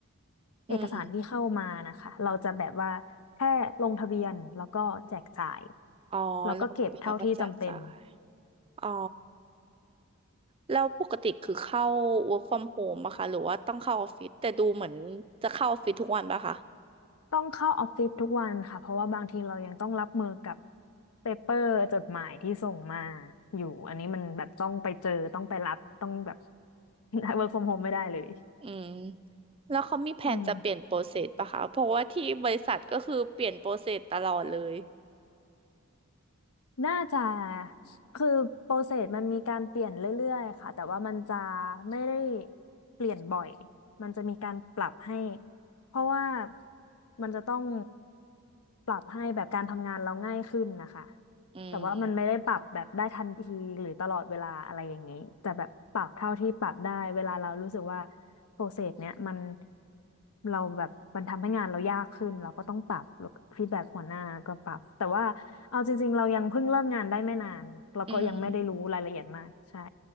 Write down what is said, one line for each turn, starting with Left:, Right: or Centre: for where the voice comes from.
Left: เอกสารที่เข้ามานะคะ
Right: อืม
Left: เราจะแบบว่าแค่ลงทะเบียนแล้วก็แจกจ่าย
Right: อ๋อลงทะเบียนแล้วก็แจกจ่าย
Left: แล้วก็เก็บเท่าที่จำเป็น
Right: อ๋อ แล้วปกติคือเข้า work from home ปะคะหรือว่าต้องเข้าออฟฟิศแต่ดูเหมือนจะเข้าออฟฟิศทุกวันปะคะ
Left: ต้องเข้าออฟฟิศทุกวันค่ะเพราะว่าบางทีเรายังต้องรับมือกับเปเปอร์จดหมายที่ส่งมาอยู่อันนี้มันแบบต้องไปเจอต้องไปรับต้องแบบ <laughs> work from home ไม่ได้เลย
Right: อืม แล้วเขามีแผนจะเปลี่ยนโปรเซสปะคะ
Left: อืม
Right: เพราะว่าที่บริษัทก็คือเปลี่ยนโปรเซสตลอดเลย
Left: น่าจะคือโปรเซสมันมีการเปลี่ยนเรื่อยๆค่ะแต่ว่ามันจะไม่ได้เปลี่ยนบ่อยมันจะมีการปรับให้เพราะว่ามันจะต้องปรับให้แบบการทำงานเราง่ายขึ้นนะคะ
Right: อืม
Left: แต่ว่ามันไม่ได้ปรับแบบได้ทันทีหรือตลอดเวลาอะไรอย่างนี้แต่แบบปรับเท่าที่ปรับได้เวลาเรารู้สึกว่า โปรเซสเนี้ยมันเราแบบมันทำให้งานเรายากขึ้นเราก็ต้องปรับแล้วฟีดแบ็กหัวหน้าก็ปรับแต่ว่าเอาจริงๆเรายังเพิ่งเริ่มงานได้ไม่นานเราก็ยังไม่ได้รู้รายละเอียดมากใช่
Right: อืม